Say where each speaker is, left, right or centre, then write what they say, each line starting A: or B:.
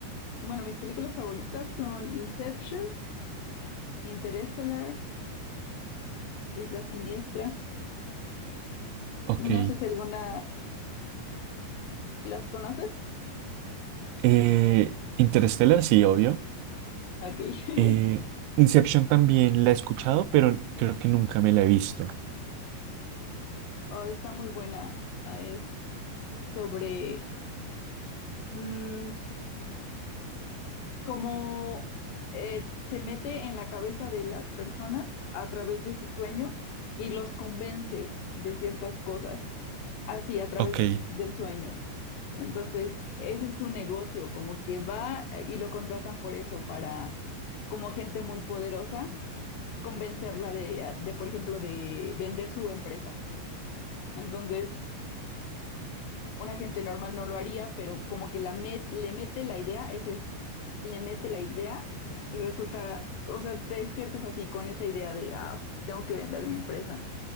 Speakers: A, on the left; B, on the right.
A: bueno, mis películas favoritas son Inception, Interstellar, Isla Siniestra.
B: Ok.
A: No sé si alguna las conoces.
B: Eh, Interstellar, sí, obvio.
A: Ok. <laughs>
B: Eh, Inception también la he escuchado, pero creo que nunca me la he visto.
A: Oh, está muy buena. Ah, Es sobre... mm, como eh, se mete en la cabeza de las personas a través de su sueño y los convence de ciertas cosas, así a través
B: Ok,
A: de- del sueño. Entonces, ese es su negocio, como que va eh, y lo contratan por eso, para como gente muy poderosa, convencerla de, ah, de, por ejemplo, de vender su empresa. Entonces, una gente normal no lo haría, pero como que la met- le mete la idea, ese le mete la idea y resulta, o sea, te despiertas así con esa idea de, ah, tengo que vender mi empresa.